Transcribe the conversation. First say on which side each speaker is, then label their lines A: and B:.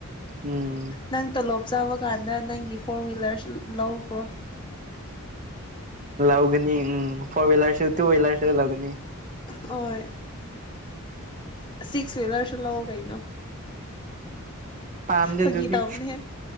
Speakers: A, on the right; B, on the left.
A: ꯎꯝ
B: ꯅꯪ ꯇꯣꯂꯣꯞ ꯆꯥꯕ ꯀꯥꯟꯗ ꯅꯪꯒꯤ ꯐꯣꯔ ꯋꯤꯂꯔꯁ ꯂꯧꯈ꯭ꯔꯣ
A: ꯂꯎꯒꯅꯤ ꯎꯝ ꯐꯣꯋꯤꯂꯔꯁꯨꯅꯤ ꯇꯨ ꯋꯤꯂꯔꯁꯨ ꯂꯧꯒꯅꯤ
B: ꯑꯣꯏ ꯑꯁꯤꯛꯁ ꯋꯤꯂꯔꯁꯨ ꯂꯧꯑꯣ ꯀꯩꯅꯣ
A: ꯄꯥꯝꯗꯦ
B: ꯐꯒꯤꯇꯧꯕꯅꯦ
A: ꯑꯗꯨꯗꯤ